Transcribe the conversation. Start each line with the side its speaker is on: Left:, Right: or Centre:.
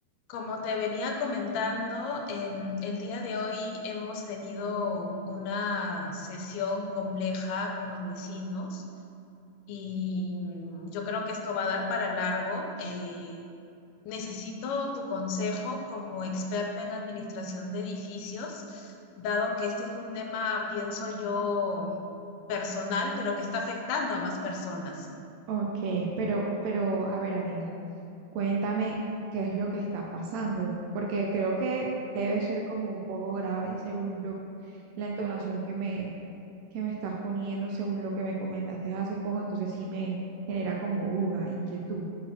Left: Como te venía comentando, em, el día de hoy hemos tenido una sesión compleja con los vecinos y mm, yo creo que esto va a dar para largo. Eh, necesito tu consejo como experta en administración de edificios, dado que este es un tema, pienso yo, mm, personal, pero que está afectando a más personas.
Right: Ok, pero, pero a ver, amiga, cuéntame qué es lo que está pasando, porque creo que debe ser como un poco grave según lo, la entonación que me, que me estás poniendo, según lo que me comentaste hace poco, entonces sí me genera como duda, inquietud.